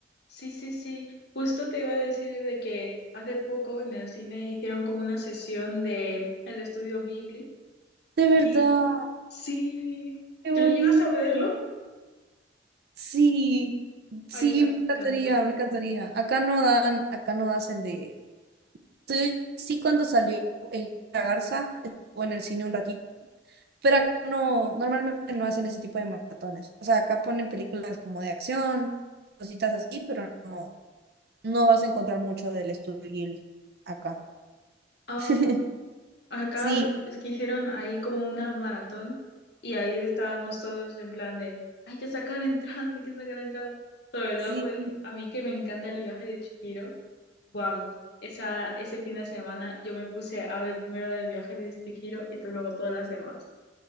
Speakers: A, on the left (about 60°); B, on the right (about 60°).
A: Sí, sí, sí. Justo te iba a decir de que hace poco en el cine hicieron como una sesión de el estudio Ghibli
B: De verdad,
A: y sí,
B: qué bonito.
A: ¿tú llegas a verlo?
B: Sí, sí,
A: Ay, ya,
B: me
A: me
B: encantaría,
A: encantó.
B: me encantaría. Acá no dan, acá no hacen de... Sí, sí, cuando salió el La Garza, estuvo en el cine un ratito, pero acá no, normalmente no hacen ese tipo de maratones. O sea, acá ponen películas como de acción, cositas así, pero no. no vas a encontrar mucho del estudio Ghibli acá.
A: Oh,
B: <laughs>
A: acá
B: Sí,
A: es que hicieron ahí como una maratón y ahí estábamos todos en plan de hay que sacar entradas, hay que sacar entradas. Sobre
B: sí.
A: todo pues a mí que me encanta el viaje de Chihiro. Vamos, esa, ese fin de semana yo me puse a ver primero el viaje de Chihiro y luego todas las demás.